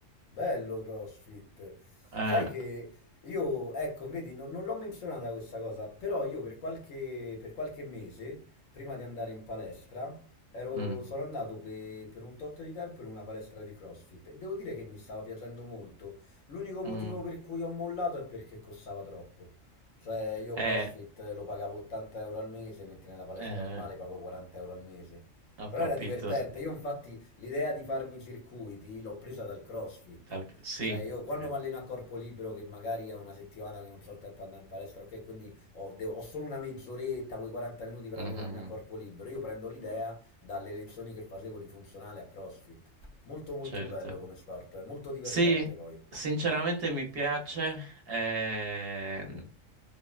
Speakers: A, on the left (about 85°); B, on the right (about 55°).
A: Bello CrossFit.
B: Eh,
A: Sai che io, ecco, vedi, non, non l'ho menzionata questa cosa, però io per qualche, per qualche mese, prima di andare in palestra, ero-
B: mm,
A: sono andato pe- per un tot di tempo in una palestra di CrossFit e devo dire che mi stava piacendo molto. L'unico motivo
B: mm,
A: per cui ho mollato è perché costava troppo. Cioè, io
B: eh,
A: CrossFit lo pagavo 80 euro al mese, mentre nella palestra
B: eh,
A: normale pago 40 euro al mese.
B: ho
A: Però
B: capito.
A: era divertente.
B: s-
A: Io infatti l'idea di farmi i circuiti l'ho presa dal CrossFit.
B: dal- sì,
A: Cioè io quando
B: eh,
A: mi alleno a corpo libero che magari è una settimana che non so il tempo di andare in palestra, ok, quindi ho, devo- ho solo una mezz'oretta, quei 40 minuti per
B: mhm,
A: allenarmi a corpo libero, io prendo l'idea dalle lezioni che facevo di funzionale a CrossFit. Molto molto
B: certo.
A: bello come sport, è molto divertente
B: Sì,
A: poi.
B: sinceramente mi piace. eh,